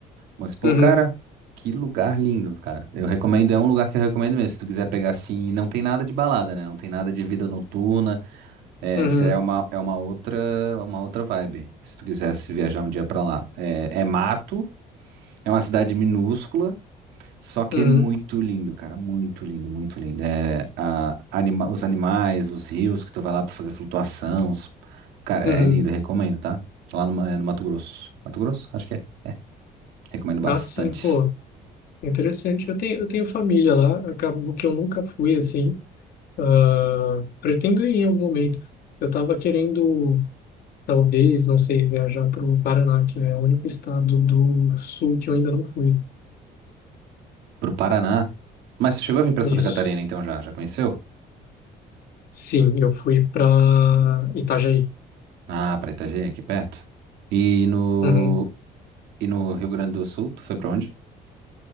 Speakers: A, on the right (about 85°); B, on the left (about 65°).
A: Mas, pô,
B: uhum,
A: cara, que lugar lindo, cara. Eu recomendo, é um lugar que eu recomendo mesmo. Se tu quiser pegar assim, não tem nada de balada, né? Não tem nada de vida noturna. É,
B: uhum,
A: Essa é uma, é uma outra, uma outra vibe, se tu quisesse viajar um dia pra lá. É, é mato, é uma cidade minúscula, só que
B: uhum,
A: é muito lindo, cara, muito lindo, muito lindo. É, a, anima, os animais, os rios que tu vai lá pra fazer flutuação, os- cara,
B: uhum.
A: é lindo, recomendo, tá? Lá no, é no Mato Grosso. Mato Grosso? Acho que é. Recomendo bastante.
B: Ah, sim, pô, interessante. Eu tenho, eu tenho família lá, acabo que eu nunca fui assim. Ah, pretendo ir em algum momento. Eu tava querendo Talvez, não sei, viajar para o Paraná, que é o único estado do sul que eu ainda não fui.
A: Pro Paraná. Mas tu chegou a vir pra Santa
B: Isso.
A: Catarina então já? Já conheceu?
B: Sim, eu fui para Itajaí,
A: Ah, pra Itajaí, aqui perto. E no,
B: Uhum,
A: e no Rio Grande do Sul, tu foi pra onde?